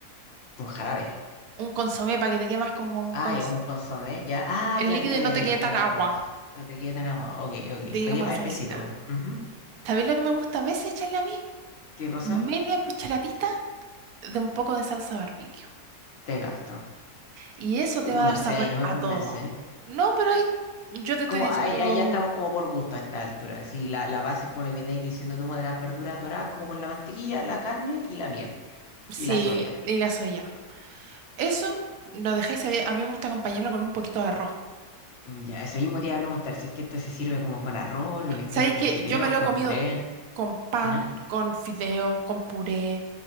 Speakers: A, on the left (about 55°); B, on the right (about 75°).
A: Un jarabe.
B: Un consomé, para que te quede más como un
A: Ah,
B: consomé.
A: ya un consomé. Ya. Ah,
B: El
A: ya,
B: líquido
A: ya,
B: y
A: ya,
B: no te
A: ya,
B: quede
A: te
B: tan
A: capto.
B: agua,
A: No te queda en agua. Ok, ok.
B: te quede
A: Pagué
B: como
A: más
B: la salsita.
A: espesito. po. Ujú.
B: ¿Sabéis lo que me gusta a veces echarle a mí?
A: ¿Qué cosa?
B: Media cucharadita de un poco de salsa barbecue.
A: Te capto.
B: Y eso
A: Uh,
B: te va
A: no
B: a dar
A: sé,
B: sabor
A: ahí no me
B: a
A: convence.
B: todo.
A: ¿eh?
B: No, pero ahí yo te estoy
A: Como
B: diciendo
A: ahí, ahí ya estamos como por gusto a esta altura. Sí, la, la base es como la que me estáis diciendo tú, como de las verduras doradas, como con la mantequilla, la carne y la miel.
B: sí,
A: Y la soya.
B: y la soya. Eso lo dejáis ahí, A mí me gusta acompañarlo con un poquito de arroz.
A: Mm, Ya, eso mismo te iba a preguntar si es que esto se sirve como con arroz, lo mezcláis
B: Sabéis
A: con
B: que
A: fideos,
B: yo me lo
A: con
B: he comido
A: puré.
B: con pan,
A: ¿Ya?
B: con fideo, con puré,